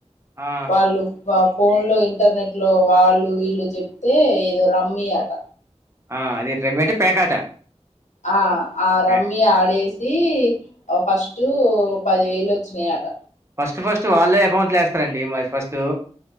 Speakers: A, on the right; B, on the left.
A: ఆ
B: వాళ్ళు పా ఫోన్ లో ఇంటర్నెట్ లో వాళ్ళు వీళ్ళు చెప్తే ఏదో రమ్మీ ఆట
A: ఆ అదే రమ్మీ అంటే పేకాట
B: ఆ ఆ రమ్మి
A: పే
B: ఆడేసి ఓ ఫస్టు పదివేలొచ్చినీ అట
A: ఫస్ట్ ఫస్టు వాళ్ళే ఎకౌంట్లు ఏస్తరండి మస్ ఫస్తు